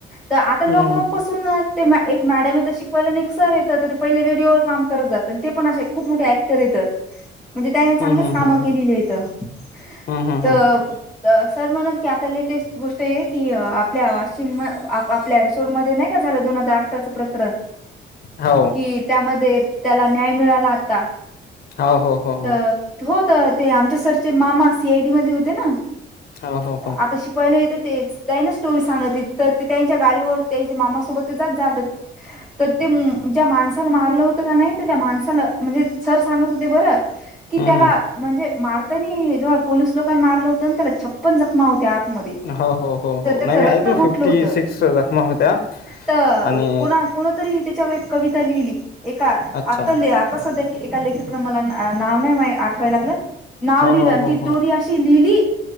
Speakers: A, in the centre; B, on the left.
A: तर आता लॉकडाऊन
B: हम्म
A: पासून ते एक मॅडम येत शिकवायला आणि एक सर येतं ते पहिले रेडिओ व काम करत जात आणि ते पण असे खूप मोठे तर येत म्हणजे त्याने चांगलीच
B: हम्म हम्म
A: काम
B: हम्म
A: केलेली
B: हम्म.
A: आहेत
B: हम्म हम्म
A: तर
B: हम्म
A: सर म्हणत की आता लेटेस्ट गोष्ट आहे की आपल्या वाशिम आपल्या एरिसोड मध्ये नाही का झालं दोन हजार अकराचं प्रकरण
B: हो
A: कि त्यामध्ये त्याला न्याय मिळाला आता.
B: हो हो हो.
A: तर होत ते आमच्या सरचे मामा सी आय डी मध्ये होते ना
B: हो हो हो
A: आता शिकवायला येतं तेच त्या ना स्टोरी सांगतली तर ते त्यांच्या गाडीवर त्यांच्या मामा सोबतच जात जा तर ते ज्या माणसाला मारलं होतं का नाही तर त्या माणसाला म्हणजे सर सांगत होते बरं कि
B: हम्म
A: त्याला
B: हम्म.
A: म्हणजे मारतानी जेव्हा पोलीस लोकांना मारलं होतं त्याला छप्पन जखमा होत्यात मध्ये
B: हो हो हो
A: त्याच
B: हो नाही मी
A: रक्त
B: ऐकलं
A: घोटाल
B: फिफ्टी
A: होत
B: सिक्स जखमा होत्या
A: त
B: आणि
A: कोण कोणा तरी त्याच्यावर एक कविता लिहिली एका
B: अच्छा
A: आता ले आता सध्या एका लेखक न मला नाव -- नाय माय आठवायला लागलं. नाव
B: हो
A: लिहिलं
B: हो
A: अन्
B: हो
A: ती स्टोरी
B: हो
A: अशी -- लिहिली